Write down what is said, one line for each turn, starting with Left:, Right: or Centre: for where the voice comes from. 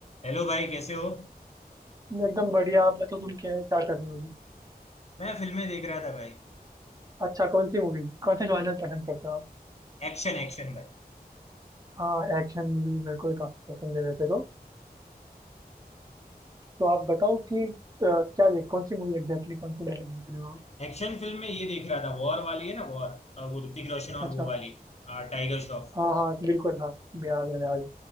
Left: Hello भाई कैसे हो
Right: मैं एकदम बढ़िया आप बताओ तुम क्या क्या कर रहे हो अभी
Left: मैं फिल्में देख रहा था भाई
Right: अच्छा कौन सी मूवी कौन से जॉनर पसंद करते हो आप
Left: एक्शन एक्शन भाई
Right: हाँ एक्शन मूवी मेरे को भी काफी पसंद है वैसे तो तो आप बताओ कि अ, क्या देख कौन सी मूवी एग्जैक्टली कौन सी मूवी देख रहे हो आप?
Left: एक्शन फिल्म में ये देख रहा था वॉर वाली है ना वॉर वो ऋतिक रोशन
Right: अच्छा
Left: और वो वाली अ, टाइगर श्रॉफ
Right: हाँ हाँ बिल्कुल हाँ याद है याद है